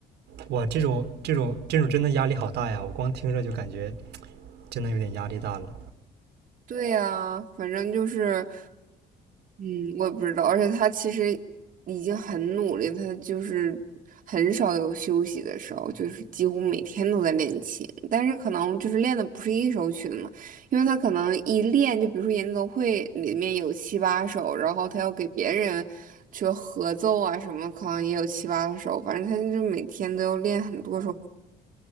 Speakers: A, on the right; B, on the right.
A: 哇，这种这种这种真的压力好大呀！我光听着就感觉真的有点压力大了。
B: 对呀，反正就是，嗯，我也不知道，而且他其实已经很努力，他就是很少有休息的时候，就是几乎每天都在练琴，但是可能就是练的不是一首曲子嘛，因为他可能一练，就比如说演奏会里面有七八首，然后他要给别人去合奏啊什么，可能也有七八首，反正他就是每天都要练很多首。